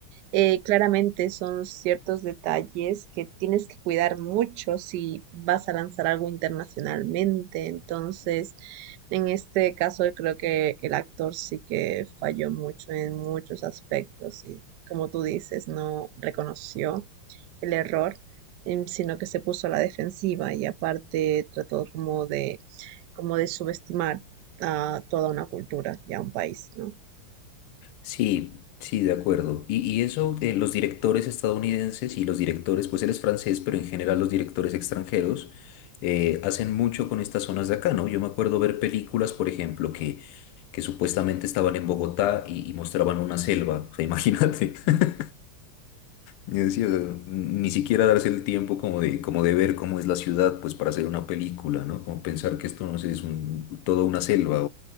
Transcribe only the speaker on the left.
Sí, sí, de acuerdo. Y, y eso, eh, los directores estadounidenses y los directores, pues él es francés, pero en general los directores extranjeros eh, hacen mucho con estas zonas de acá, ¿no? Yo me acuerdo ver películas, por ejemplo, que, que supuestamente estaban en Bogotá y, y mostraban una selva, o sea, imagínate. <laughs> Yo decía, ni siquiera darse el tiempo como de, como de ver cómo es la ciudad, pues para hacer una película, ¿no? Como pensar que esto, no sé, es un, toda una selva